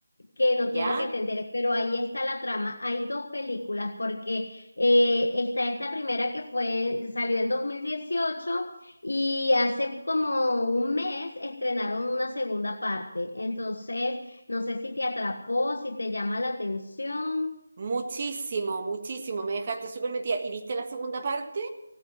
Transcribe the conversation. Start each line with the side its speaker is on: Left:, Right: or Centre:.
Left: que no
Right: <gasps> ¿Ya?
Left: quiero que te enteres, pero ahí está la trama. Hay dos películas, porque eh, está esta primera que fue, salió en 2018 y hace como un mes estrenaron una segunda parte. Entonces, no sé si te atrapó, si te llama la atención.
Right: Muchísimo, muchísimo. Me dejaste súper metida. ¿Y viste la segunda parte?